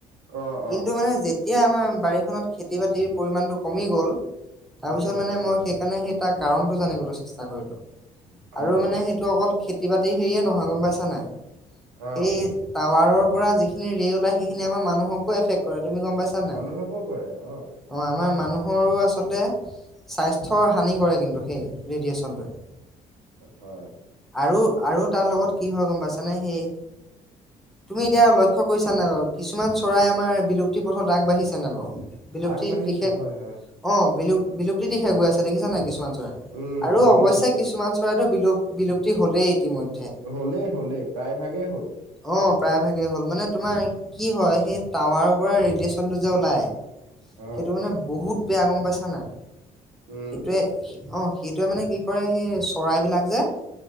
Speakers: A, on the right; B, in the centre.
A: অ',
B: কিন্তু
A: অ',
B: মানে যেতিয়া আমাৰ বাৰীখনত খেতি বাতিৰ পৰিমাণটো কমি গ'ল তাৰপিছত
A: কমিলে
B: মানে
A: হয়
B: মই সেইকাৰণে সেই তাৰ কাৰণটো জানিবলৈ চেষ্টা কৰিলো আৰু
A: অ',
B: মানে সেই টো অকল খেতি বাতি হেৰিয়ে নহয় গম পাইছা নে নাই
A: অ'।
B: এই টাৱাৰৰ পৰা যিখিন ৰে' ওলাই সেইখিনিয়ে আমাৰ মানুহকো এফেক্ট কৰে তুমি গম পাইছা নাই
A: মানুহকো কৰে অ'
B: অ' আমাৰ মানুহৰো আচ চলতে স্বাস্থ্যৰ হানি কৰে কিন্তু সেই ৰেডিয়েচনটোৱে
A: হয়
B: আৰু আৰু তাৰ লগত কি হয় গম পাইছানে সেই তুমি এতিয়া লক্ষ্য কৰিছা নাই বাৰু কিছুমান চৰাই আমাৰ বিলুপ্তি পথত আগবাঢ়িছে নাই বাৰু বিলুপ্তিৰ
A: আগবাঢ়িছে
B: দিশে
A: হয় হয়
B: অ' বিলুপ বিলুপ্তিৰ দিশে গৈ আছে দেখিছা নাই কিছুমান চৰাই
A: উম,
B: আৰু
A: দেখিছো
B: অৱশ্যে
A: দেখিছো
B: কিছুমান চৰাইতো বিলুপ বিলুপ্তি হ'লেই ইতিমধ্যে
A: হ'লে হ'লে প্ৰায় ভাগেই হ'ল
B: অ' প্ৰায় ভাগেই হ'ল, মানে তোমাৰ কি হয়? সেই টাৱাৰৰ পৰা ৰেডিয়েচনটো যে ওলায়।
A: অ'।
B: সেইটো মানে, বহুত বেয়া! গ'ম পাইছা নাই?
A: উম,
B: সেইটোৱে,
A: উম,
B: অ'! সেইটোৱে মানে, কি কৰে, সেই চৰাইবিলাক যে